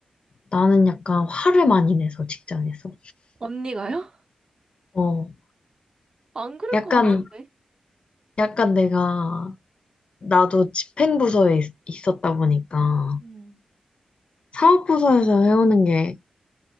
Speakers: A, on the left; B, on the right.
A: 나는 약간 화를 많이 내서, 직장에서.
B: 언니가요?
A: 어,
B: <laughs> 안 그럴
A: 약간,
B: 것 같은데?
A: 약간 내가, 나도 집행부서에 있- 있었다 보니까,
B: 응,
A: 사업부서에서 해오는 게